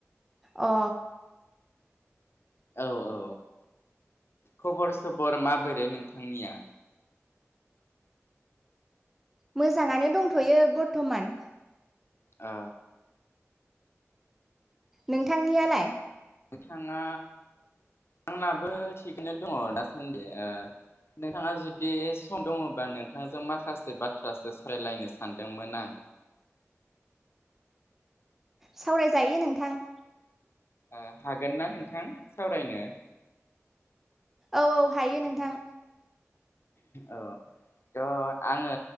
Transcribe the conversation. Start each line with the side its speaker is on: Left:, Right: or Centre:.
Centre: अ।
Left: औ औ खबर सबर माबोरो नोंथांनिया?
Centre: मोजाङानो दंथ'यो बरथमान।
Left: अ।
Centre: नोंथांनियालाय?
Left: नोंथाङा आंनाबो थिगैनो दङ दासान्दि ओ नोंथाङा जुदि सम दङबा नोंथांजों माखासे बाथ्रासो सावरायलायनो सानदोंमोन आं।
Centre: सावरायजायो नोंथां।
Left: ओ हागोन ना नोंथां सावरायनो?
Centre: औ औ हायो नोंथां।
Left: औ त' आङो